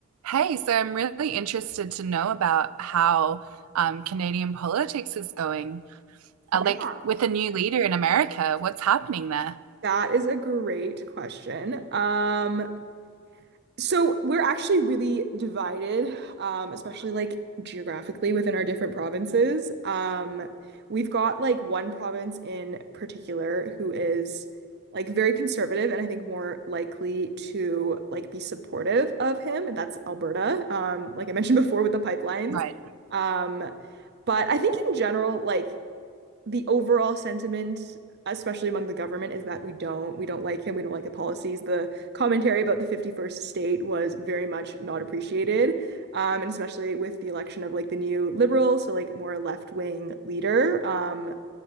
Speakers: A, on the right; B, on the right.
A: Hey, so I'm really interested to know about how um, Canadian politics is going. Uh, like
B: Yeah,
A: with a new leader in America, what's happening there?
B: that is a great question. Um, so we're actually really divided, um, especially like geographically within our different provinces. Um, we've got like one province in particular who is like very conservative and I think more likely to like be supportive of him, and that's Alberta. Um, like I mentioned <laughs> before with the pipelines.
A: Right.
B: Um, but I think in general, like the overall sentiment, especially among the government, is that we don't we don't like him. We don't like the policies. The commentary about the 51st state was very much not appreciated, um, and especially with the election of like the new liberal, so like more left-wing leader. Um,